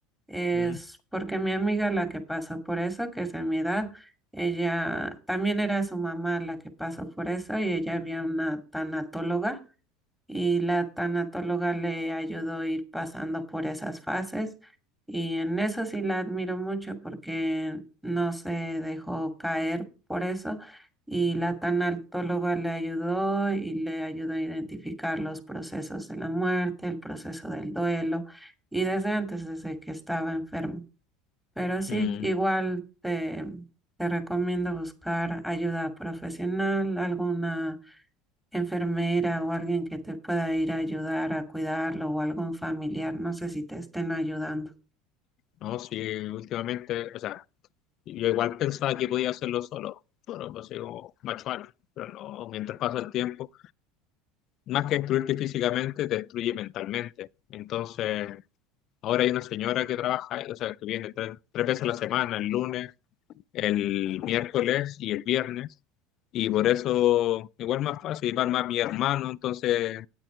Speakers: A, in the centre; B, on the left.
A: es,
B: Mm,
A: porque mi amiga la que pasó por eso, que es de mi edad, ella también era su mamá la que pasó por eso y ella había una tanatóloga y la tanatóloga le ayudó a ir pasando por esas fases y en eso sí la admiro mucho porque no se dejó caer por eso y la tanatóloga le ayudó y le ayudó a identificar los procesos de la muerte, el proceso del duelo y desde antes, desde que estaba enferma. Pero sí,
B: mm.
A: igual te, te recomiendo buscar ayuda profesional, alguna enfermera o alguien que te pueda ir a ayudar a cuidarlo o algún familiar, no sé si te estén ayudando.
B: No, sí, últimamente, o sea, Yo igual pensaba que podía hacerlo solo, bueno, pues digo, macho alfa, pero no, mientras pasa el tiempo, más que destruirte físicamente, te destruye mentalmente. Entonces, ahora hay una señora que trabaja, o sea, que viene tres, tres veces a la semana, el lunes, el miércoles y el viernes, y por eso igual más fácil, y van más mi hermano, entonces